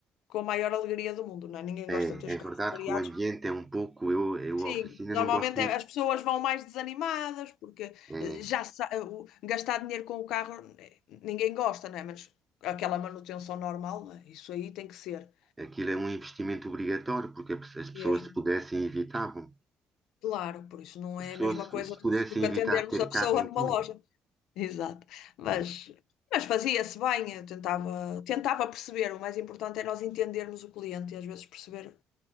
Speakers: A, on the left; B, on the right.
A: com a maior alegria do mundo, não é? Ninguém
B: É,
A: gosta de ter os
B: é é
A: carros
B: verdade
A: avariados.
B: que o ambiente é um pouco, eu, eu
A: Sim,
B: a oficina
A: normalmente
B: não gosto muito.
A: é- as pessoas vão mais desanimadas, porque
B: É,
A: eh, já sa- eh, o- gastar dinheiro com o carro eh, ninguém gosta, não é? Mas aquela manutenção normal, não é? Isso aí tem que ser
B: aquilo é um investimento obrigatório, porque a pe- as pessoas
A: mesmo.
B: se pudessem evitavam.
A: Claro, por isso não
B: As
A: é
B: pessoas
A: a mesma
B: se
A: coisa
B: se
A: do
B: pudessem
A: que do que
B: evitar
A: atendermos
B: ter
A: a pessoa
B: carro não
A: numa
B: tinham,
A: loja. Exato. Mas,
B: não é?
A: mas fazia-se bem, eu tentava, tentava perceber. O mais importante é nós entendermos o cliente e às vezes perceber